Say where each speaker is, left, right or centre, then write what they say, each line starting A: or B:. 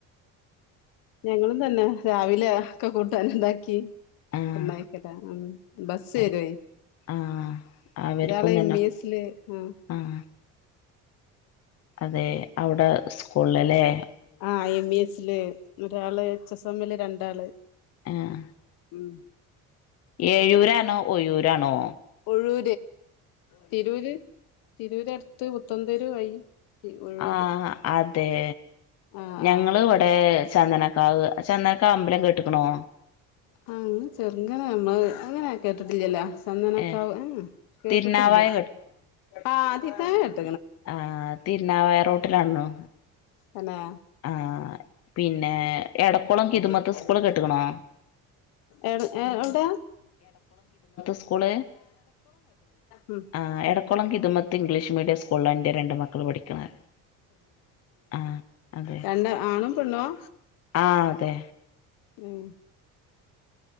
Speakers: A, on the left; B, on the left.
A: ഞങ്ങളും തന്നെ രാവിലെ ഒക്കെ കൂട്ടൻ ഇണ്ടാക്കി
B: ആഹ്
A: ഒന്നായിക്കട്ടാ ഉ ബസ്
B: അതെ
A: വര്യായ്
B: ആഹ് അവർക്കും
A: ഒരാൾ
B: തന്നെ
A: എം ഈ എസ് ല് ആഹ
B: ആഹ് അതെ അവിടെ സ്കൂള ല്ലേ-
A: ആഹ എം ഇ എസ്ല് ല് ഒരാള് എച്ച് എസ് എം മിൽ രണ്ടാള്
B: ആഹ
A: ഉം
B: ഏഴൂരാ ആണോ ഒയ്യൂരാണോ
A: ഴൂര് തിരൂര് തിരൂർ അടുത്ത് പുത്തന്തൂരു വഴി ഒഴൂര്
B: ആ അതെ
A: ആ
B: ഞങ്ങള്
A: ആ
B: ഇവിടെ ചന്ദന കാവ് ചെന്നക്കെ അമ്പലം കേട്ട്ക്കണോ
A: ആ അനങ് ചെറുങ്ങനെ നമ്മള് അങ്ങനെ കേട്ടിട്ടില്ലല്ലോ ചന്തനൊക്കാവ
B: ഏഹ്
A: കേട്ടിട്ടില്ല
B: തിരുനാവായ
A: ആ ആതി <unintelligible>
B: ആഹ തിരുനാവയ റോട്ടിലാണോ
A: തന്നെ
B: ആഹ് പിന്നെ എടക്കുളം കിതുമത്ത്
A: <inaudible>
B: സ്കൂള് കേട്ട്ക്കണോ
A: ഏഏ എവിടെ
B: സ്കൂൾ
A: ഉം
B: ആ എടക്കുളം കിതമത്ത് ഇംഗ്ലീഷ് മീഡിയ സ്കളിൽ എന്റെറെ രണ്ട് മക്കൾള് പഠിക്കണെ ആഹ് അതെ
A: രണ്ടാ ആണും പെണ്ണു ആ
B: ആഹ് അതെ
A: ഉം